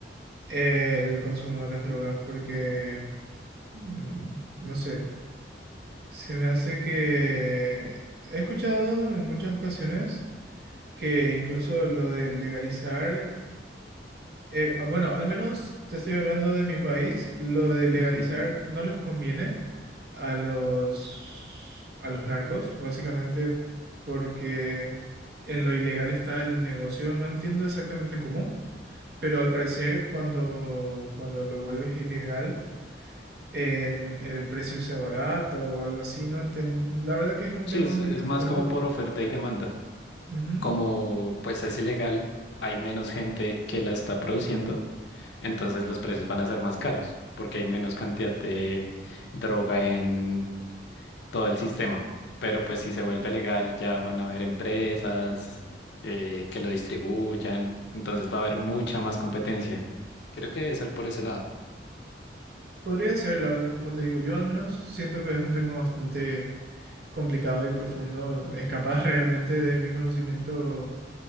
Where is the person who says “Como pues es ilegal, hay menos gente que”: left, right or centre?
Left